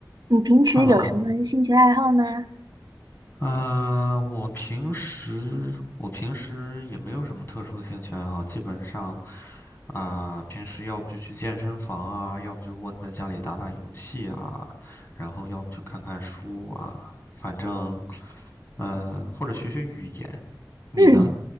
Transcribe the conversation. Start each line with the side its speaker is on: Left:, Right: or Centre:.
Right: 你平时有什么兴趣爱好吗？
Left: Hello，呃，我平时我平时也没有什么特殊的兴趣爱好，基本上啊、平时要不就去健身房啊，要不就窝在家里打打游戏啊，然后要不就看看书啊，反正呃，或者学学语言。你呢？
Right: 嗯，